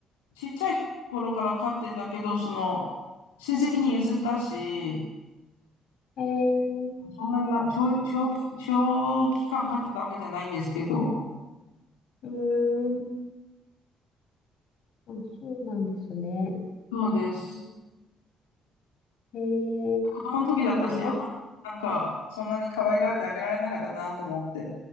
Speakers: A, on the left (about 75°); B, on the left (about 55°).
A: ちっちゃい頃から飼ってたけど、その、親戚に譲ったし、
B: えー、
A: そんなにな、長、長期、長期間飼ってたわけじゃないんですけど、
B: うーん。あ、そうなんですね。
A: そうです。
B: うんえー、
A: 子供の時だったし、
B: でもね。
A: あんまりなんか、そんなに可愛がってあげられなかったなと思って。